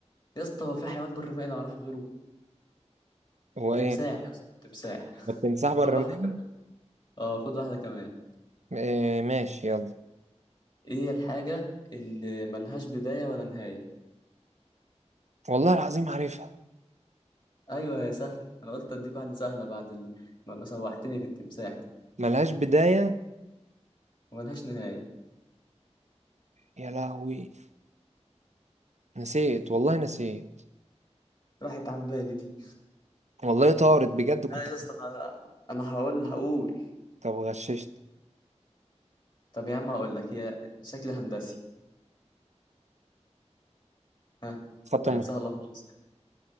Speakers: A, on the left (about 40°); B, on the right (about 75°).
A: يا اسطى هو في حيوان بر مائي نعرفه غيره
B: هو إيه؟
A: تمساح يا اسطى تمساح <laughs>
B: ما التمساح بر
A: خد واحده
B: مائي
A: كمان اه خد واحده كمان
B: إيه ماشي يلا
A: ايه الحاجه اللي ملهاش بدايه ولا نهايه
B: والله العظيم عارفها
A: ايوه يا سهل انا قلت اديك واحده سهله بعد ال... ما ما سوحتني في التمساح دي
B: ملهاش بداية
A: وملهاش نهايه
B: يا لهوي نسيت والله نسيت
A: راحت عن بالي دي
B: والله طارت بجد كنت
A: اه يا اسطى انا أنا هقول هقول
B: طب غششت
A: طب يا عم هقول لك هي شكل هندسي ها
B: خط
A: بقت
B: المس...
A: سهله خالص